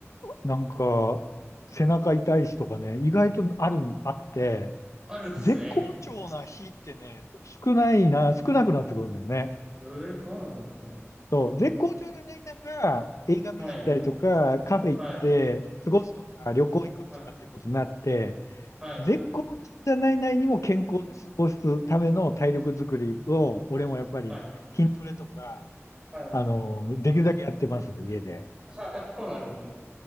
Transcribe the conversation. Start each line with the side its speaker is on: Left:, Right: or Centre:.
Left: なんか背中痛いしとかね、意外とあるん、あって、
Right: あるですね。
Left: 絶好調な日ってね、
Right: <laughs>
Left: 少ないな、少なくなってくるんだよね。
Right: ええそうなんですね。
Left: そう、絶好調じゃない中、映画見に行ったりとか、
Right: はい。
Left: カフェ行って過ごすとか、
Right: はい。
Left: 旅行行くとかってことになって、
Right: はい。はい。
Left: 絶好調じゃない内にも健康で過ごすための体力づくりを、俺もやっぱり筋トレとか、
Right: はい。はい。
Left: あの、できるだけやってます、家で。
Right: あそうなんですね。